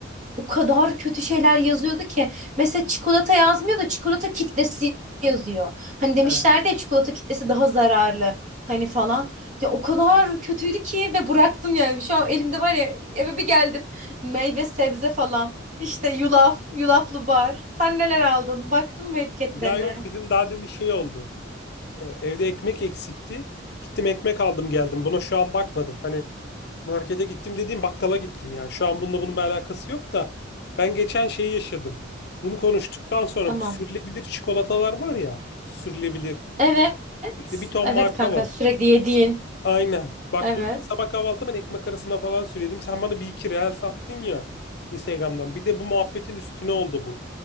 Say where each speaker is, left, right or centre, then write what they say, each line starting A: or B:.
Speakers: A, on the right; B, on the left.
A: o kadar kötü şeyler yazıyordu ki. Mesela çikolata yazmıyor da çikolata kitlesi yazıyor. Hani demişlerdi
B: He.
A: ya çikolata kitlesi daha zararlı. Hani falan. Ya o kadar kötüydü ki ve bıraktım yani. Şu an elimde var ya eve bir geldim. Meyve sebze falan. İşte yulaf, yulaflı bar. Sen neler aldın? Baktın mı etiketlerine?
B: Ya yok bizim daha demin şey oldu. E, evde ekmek eksikti. Gittim ekmek aldım geldim. Buna şu an bakmadım. Hani Markete gittim dediğim bakkala gittim yani. Şu an bununla bunun bir alakası yok da ben geçen şeyi yaşadım. Bunu konuştuktan sonra
A: Tamam.
B: bu sürülebilir çikolatalar var ya. Sürülebilir.
A: Evet.
B: İşte bir ton
A: Evet
B: marka
A: kanka
B: var.
A: sürekli yediğin.
B: Aynen. Bak
A: Evet.
B: bunu sabah kahvaltıda ben ekmek arasına falan sürüyordum. Sen bana bir iki reel sattın ya Instagram'dan. Bir de bu muhabbetin üstüne oldu bu.